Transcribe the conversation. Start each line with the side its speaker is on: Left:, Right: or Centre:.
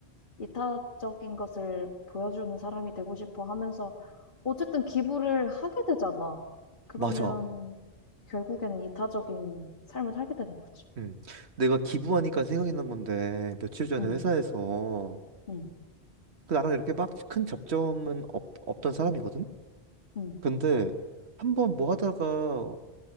Left: 이타적인 것을 보여주는 사람이 되고 싶어 하면서 어쨌든 기부를 하게 되잖아. 그러면
Right: 맞아.
Left: 결국에는 이타적인 삶을 살게 되는 거지.
Right: 응. 내가 기부하니까 생각이 난 건데, 며칠 전에
Left: 응,
Right: 회사에서,
Left: 응,
Right: 그 나랑 이렇게 막 큰 접점은 없, 없던 사람이거든?
Left: 응,
Right: 근데, 한번 뭐 하다가,